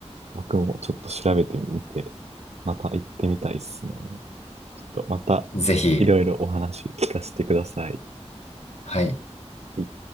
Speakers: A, on the right (about 70°); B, on the left (about 75°).
A: 僕もちょっと調べてみて、また行ってみたいっすね。ちょっとまた、
B: ぜひ、
A: いろいろお話聞かせてください。は
B: はい。
A: い